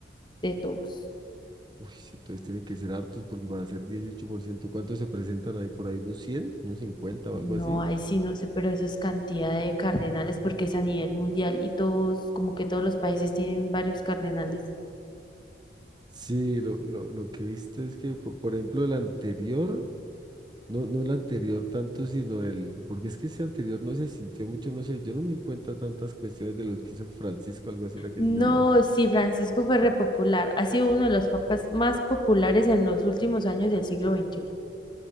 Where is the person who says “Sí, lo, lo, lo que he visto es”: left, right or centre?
Right